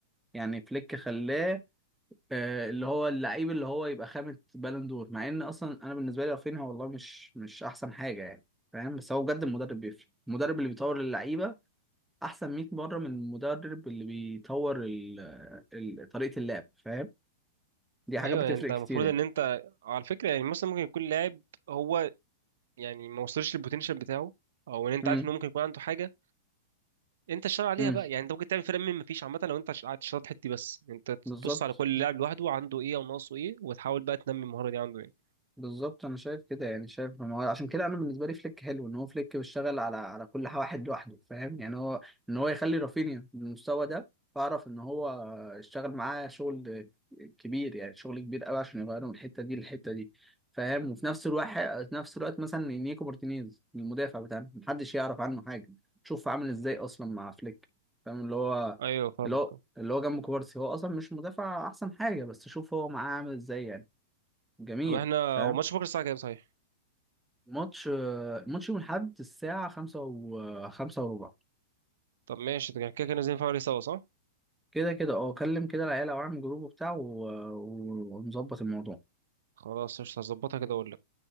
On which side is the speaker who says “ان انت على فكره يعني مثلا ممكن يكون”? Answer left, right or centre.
Right